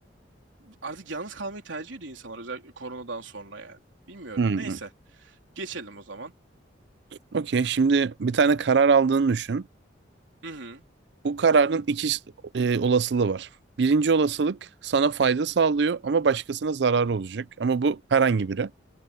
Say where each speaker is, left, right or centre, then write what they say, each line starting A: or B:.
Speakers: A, on the right (about 80°); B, on the right (about 60°).
A: Artık yalnız kalmayı tercih ediyor insanlar özellikle koronadan sonra yani. Bilmiyorum.
B: Hmm.
A: Neyse. Geçelim o zaman.
B: Okey şimdi bir tane karar aldığını düşün.
A: Hı hı.
B: Bu kararın iki e, olasılığı var. Birinci olasılık sana fayda sağlıyor ama başkasına zarar olacak. Ama bu herhangi biri.